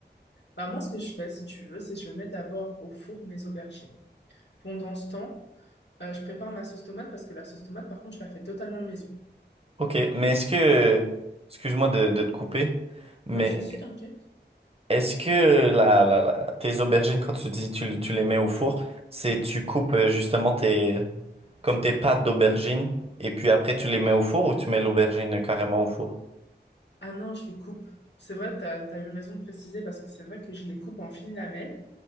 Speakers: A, on the left; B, on the right.
A: Bah, moi, ce que je fais, si tu veux, c'est que je mets d'abord au four mes aubergines. Pendant ce temps, euh, je prépare ma sauce tomate parce que la sauce tomate, par contre, je la fais totalement maison.
B: OK, mais est-ce que... Excuse-moi de, de te couper, mais
A: Pas de souci, t'inquiète.
B: est-ce que la, la, la- tes aubergines, quand tu dis tu, tu les mets au four, c'est tu coupes euh, justement tes, Comme tes pâtes d'aubergine, et puis après tu les mets au four ou tu mets l'aubergine carrément au four?
A: Ah non, je les coupe. C'est vrai, t'as, t'as eu raison de préciser parce que c'est vrai que je les coupe en fines lamelles.